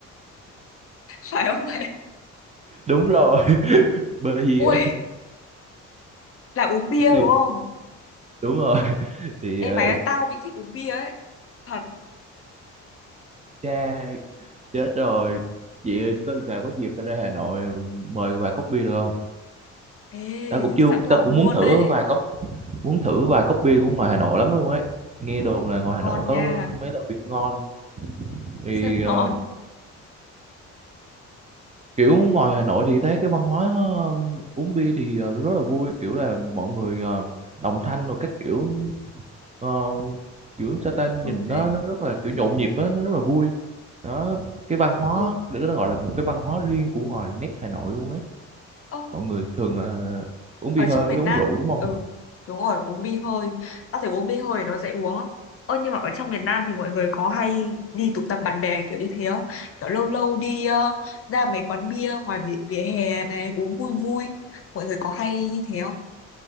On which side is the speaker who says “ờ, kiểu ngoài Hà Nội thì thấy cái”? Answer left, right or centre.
Right